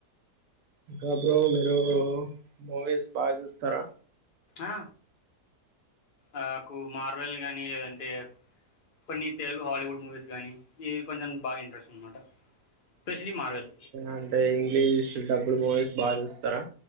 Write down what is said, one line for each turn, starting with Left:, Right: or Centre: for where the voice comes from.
Right: ఇంకా బ్రో మీరు మూవీస్ బాగా చూస్తారా
Left: ఆ నాకు మార్వెల్ గానీ లేదంటే ఇప్పుడు నీ తెలుగు హాలీవుడ్ మూవీస్ గానీ ఇవి కొంచెం బాగా ఇంట్రెస్ట్ అనమాట స్పెషలీ మార్వెల్
Right: అంటే ఇంగ్లీష్ డబ్బుడ్ మూవీస్ బాగా చూస్తారా